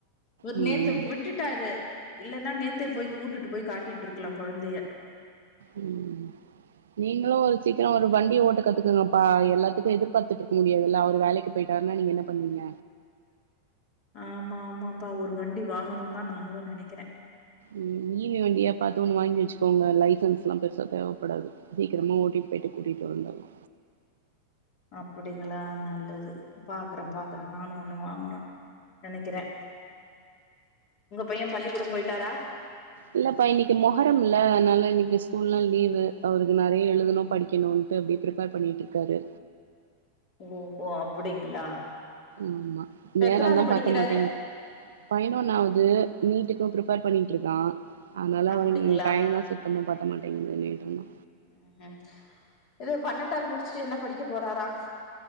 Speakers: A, on the left (about 45°); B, on the right (about 65°).
A: இவரு
B: ம்
A: நேத்து விட்டுட்டாரு இல்லன்னா நேத்தே போய் கூட்டுட்டு போய் காட்டிட்டு இரு இருக்கலா கொழந்தய
B: ம் நீங்களு ஒரு சீக்கரோ ஒரு வண்டிய ஓட்ட கத்துக்கங்கப்பா எல்லாத்துக்கு எதிர்பாத்துட்ருக்க முடியாதுல்ல அவரு வேலைக்கு போயிட்டா <unintelligible> நீங்க என்ன பண்ணீங்க
A: ஆமா ஆமாம்பா ஒரு வண்டி வாங்கணு தா நாங்களு நெனைக்கிறே
B: ம் <unintelligible> வண்டியா பாத்து ஒன்னு வாங்கி வச்சுக்கோங்க லைசன்ஸ்லா பெருசா தேவப்படாது சீக்ரமா ஓட்டி போய்ட்டு கூட்டிட்டு வந்தர்லா
A: அப்புடிங்களா நல்லது பாக்றே பாக்றே நானு ஒண்ணு வாங்கணு நெனேக்கிறே உங்க பையே பள்ளிக்கூடோ போய்ட்டாரா
B: இல்லப்பா இன்னக்கி மொகரம்முல்ல அதுனால இன்னக்கி ஸ்கூல்லா லீவு அவருக்கு நெறய எழுதணு படிக்கணு இப்ப எப்டி ஃபிரிப்பர் பண்ணிட் இருக்காரு
A: ஓ ஓ அப்படிங்களா
B: ஆமா
A: இப்ப
B: நேரந்தா
A: எத்தனாவது படிக்கிறாரு
B: பத்த மாட்டேங்து பதினொண்ணாவது நீட்டு கு ஃபிரிப்பர் பண்ணிட்ருக்கா அதுனால
A: அப்படிங்களா
B: அவன் டைய தா சுத்தமா பத்த மாட்டேங்குது நேரந்தா
A: ம் ம் இது பன்னண்டாவது முடுச்சுட்டு என்ன படிக்க போறாரா